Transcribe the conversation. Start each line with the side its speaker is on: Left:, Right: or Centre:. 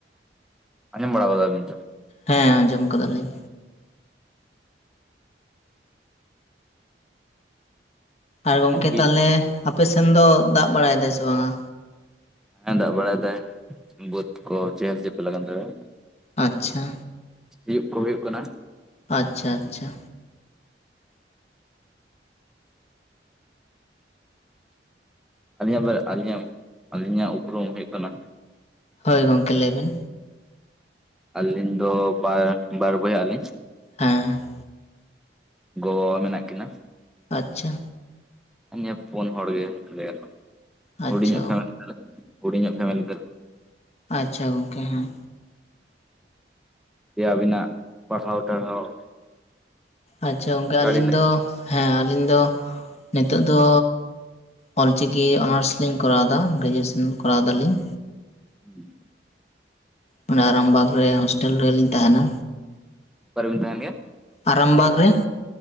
Centre: ᱟᱸᱡᱚᱢ ᱵᱟᱲᱟ ᱜᱚᱫᱟᱵᱤᱱ᱾
Left: ᱦᱮᱸᱻ ᱟᱸᱡᱚᱢ ᱠᱟᱫᱟᱞᱤᱧ, ᱟᱨ ᱜᱚᱝᱠᱮ
Centre: ᱦᱮᱸ ᱵᱤᱨ
Left: ᱛᱟᱦᱚᱞᱮ ᱟᱯᱮ ᱥᱮᱱ ᱫᱚ ᱫᱟᱜ ᱵᱟᱲᱟᱭ ᱫᱟᱭ ᱥᱮ ᱵᱟᱝᱼᱟ,
Centre: ᱦᱮᱸ ᱫᱟᱜ ᱵᱟᱲᱟᱭ ᱫᱟᱭ ᱵᱟᱹᱫᱽ ᱠᱚ ᱪᱮᱦᱮᱞ ᱪᱮᱯᱮᱞ ᱞᱟᱜ ᱟᱱ ᱛᱟᱞᱮᱭᱟ,
Left: ᱟᱪᱪᱷᱟ,
Centre: ᱥᱤᱭᱩᱜ ᱠᱚ ᱦᱩᱭᱩᱜ ᱠᱟᱱᱟ,
Left: ᱟᱪᱪᱷᱟ, ᱟᱪᱪᱷᱟ,
Centre: ᱟᱹᱞᱤᱧᱟᱜ ᱵᱟ ᱟᱹᱞᱤᱧᱟᱜ, ᱟᱹᱞᱤᱧᱟᱜ ᱩᱯᱨᱩᱢ ᱦᱩᱭᱩᱜ ᱠᱟᱱᱟ᱾
Left: ᱦᱳᱭ ᱜᱚᱢᱠᱮ ᱞᱟᱹᱭ ᱵᱤᱱ,
Centre: ᱟᱹᱞᱤᱧ ᱫᱚ ᱵᱟᱼᱵᱟᱨ ᱵᱚᱭᱦᱟᱜ ᱞᱤᱧ,
Left: ᱦᱮᱸ᱾
Centre: ᱜᱚ ᱵᱟᱵᱟ ᱢᱮᱱᱟᱜ ᱠᱤᱱᱟ᱾
Left: ᱟᱪᱪᱷᱟ᱾
Centre: ᱤᱱᱮ ᱯᱩᱱ ᱦᱚᱲ ᱜᱮ ᱞᱟᱹᱭ ᱜᱟᱱ
Left: ᱟᱪᱪᱷᱟ
Centre: ᱦᱩᱰᱤᱧᱟᱜ ᱯᱷᱮᱢᱮᱞᱤ ᱛᱟᱞᱮ ᱦᱩᱰᱤᱧᱟᱜ ᱯᱷᱮᱢᱮᱞᱤ ᱛᱟᱞᱮ,
Left: ᱟᱪᱪᱷᱟ, ᱜᱚᱝᱠᱮ ᱦᱮᱸ᱾
Centre: ᱦᱮᱸ ᱡᱮ ᱟᱵᱤᱱᱟᱜ ᱯᱟᱲᱦᱟᱣ ᱴᱟᱲᱦᱟᱣ᱾
Left: ᱟᱪᱪᱷᱟ, ᱜᱚᱢᱠᱮ
Centre: ᱥᱴᱟᱰᱤ
Left: ᱟᱹᱞᱤᱧ
Centre: ᱞᱟᱭᱤᱯ
Left: ᱫᱚ᱾ ᱦᱮᱸ ᱟᱹᱞᱤᱧ ᱫᱚ ᱱᱤᱛᱚᱜ ᱫᱚ ᱚᱞᱼᱪᱤᱠᱤ ᱚᱱᱟᱨᱥ᱾ ᱞᱤᱧ ᱠᱚᱨᱟᱣᱮᱫᱟ ᱜᱨᱮᱡᱩᱭᱮᱥᱚᱱ ᱠᱚᱨᱟᱣ ᱫᱟᱞᱤᱧ᱾
Centre: ᱦᱩᱸ᱾
Left: ᱚᱱᱟ ᱟᱨᱟᱢᱵᱟᱜᱽ ᱨᱮ ᱦᱚᱳᱥᱴᱮᱞ ᱨᱮ ᱞᱤᱧ ᱛᱟᱦᱮᱱᱟ᱾
Centre: ᱚᱠᱟᱨᱮᱵᱤᱱ ᱛᱟᱦᱮᱱ ᱜᱮᱭᱟ᱾
Left: ᱟᱨᱟᱢᱵᱟᱜᱽ ᱨᱮ᱾